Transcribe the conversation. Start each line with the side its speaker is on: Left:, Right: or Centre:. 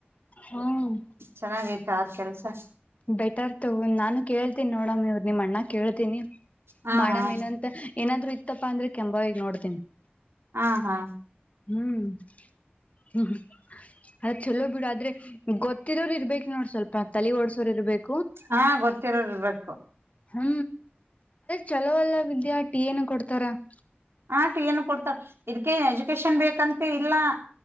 Left: ಹ್ಮ್
Right: ಚೆನ್ನಾಗೈತೆ ಆರ್ ಕೆಲಸಾ? <inaudible>
Left: ಬೆಟರ್ ತೊಗೊ ನಾನು ಕೇಳ್ತೀನಿ ನೋಡಮು ಇವರ ನಿಮ್ಮ ಅಣ್ಣ ಕೇಳ್ತೀನಿ
Right: ಹಾ
Left: ಮಾಡಮ್
Right: ಹಾ
Left: ಏನಂತ? <inaudible> ಏನಾದ್ರು ಇತ್ತಪ್ಪಾ ಅಂದ್ರೆ ಕೆಂಬವಿಗಿ ನೋಡ್ತೀನಿ. <inaudible>
Right: ಆ ಹಾ <inaudible>
Left: ಹೂ <inaudible> ಹೂ ಅದ್ ಚಲೋ ಬಿಡು ಆದ್ರೆ ಗೊತ್ತಿರೋರು ಇರ್ಬೇಕ್ ನೋಡ ಸ್ವಲ್ಪ ತಲೆ ಓಡ್ಸ <inaudible> ತರ್ಬೇಕ <inaudible>
Right: ಹಾ ಗೊತ್ತಿರೋರು ಇರ್ಬೇಕು. <inaudible>
Left: ಹೂ ಚಲೋ ಅಲ್ಲ ವಿದ್ಯಾ ಟಿ ಏನ ಕೊಡ್ತಾರಾ? <inaudible>
Right: ಆ ಟಿ ಏನು ಕೊಡ್ತಾರ ಇದಕ್ಕೆ ಎಜುಕೇಶನ್ ಬೇಕಂತ ಇಲ್ಲ? <inaudible>